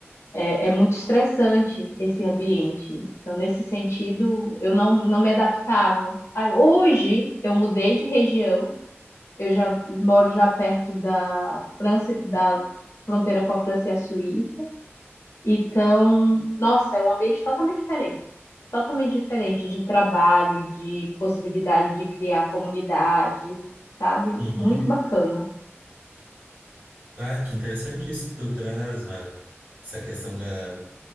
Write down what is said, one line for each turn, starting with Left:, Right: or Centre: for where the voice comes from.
Left: é, é muito estressante esse ambiente. Então, nesse sentido, eu não, não me adaptava. Aí, hoje eu mudei de região, eu já moro já perto da França, da fronteira com a França e a Suíça. Então, nossa, é um ambiente totalmente diferente. Totalmente diferente de trabalho, de possibilidade de criar comunidade, sabe?
Right: uhum.
Left: Muito bacana.
Right: Ah, que interessante isso que tu traz, Mara. Essa questão da,